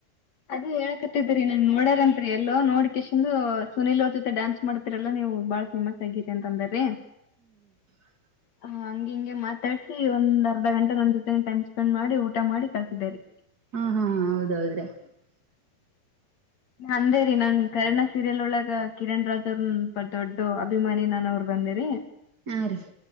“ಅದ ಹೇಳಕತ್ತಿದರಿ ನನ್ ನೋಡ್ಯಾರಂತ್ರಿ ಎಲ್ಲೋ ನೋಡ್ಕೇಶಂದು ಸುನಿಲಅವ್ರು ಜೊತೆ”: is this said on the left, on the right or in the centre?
Left